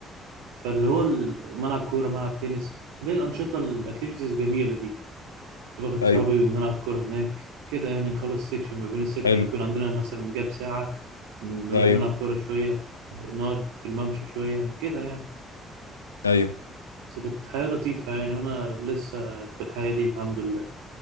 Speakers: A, on the right; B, on the left.
A: فاللي هو ال- ملعب كوره ملعب تنس ليه الانشطه الاكتيفيتيز الجميله دي كنت باخد
B: ايوه
A: صحابي وبنلعب كوره هناك كده يعني نخلص سيكشن ما بين السيكشن
B: حلو
A: يكون عندنا مثلا جاب ساعه نروح
B: ايوه
A: نلعب كوره شويه نقعد في الممشى شويه كده يعني
B: ايوه
A: بس كانت حياة لطيفة يعني وأنا لسه في الحياة دي الحمد لله